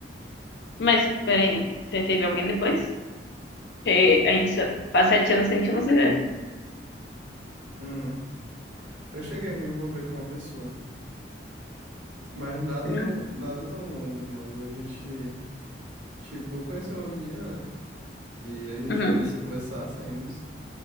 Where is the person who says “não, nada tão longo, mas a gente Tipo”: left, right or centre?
Right